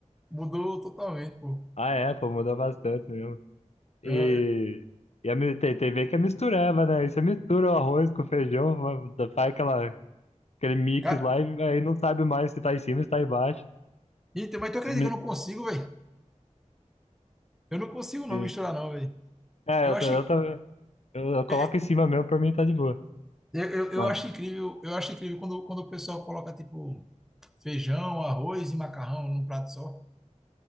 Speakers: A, in the centre; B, on the left (about 60°).
A: mudou totalmente, pô.
B: Ah, é, pô, muda bastante mesmo. E,
A: É,
B: e a, mi- tem, tem ver que é misturava, né? Aí você mistura o arroz com o feijão, fa- faz aquela, aquele mix
A: ca-
B: lá e aí não sabe mais se tá em cima, se tá embaixo.
A: Então, mas tu acredita
B: Se me-
A: que eu não consigo, velho? Eu não consigo não
B: se-
A: misturar não, velho.
B: É,
A: Eu
B: eu,
A: acho,
B: tô- eu, tô- eu, eu coloco
A: eu,
B: em cima mesmo, pra mim tá de boa.
A: eu, eu
B: Mas
A: acho incrível, eu acho incrível quando, quando o pessoal coloca tipo feijão, arroz e macarrão num prato só.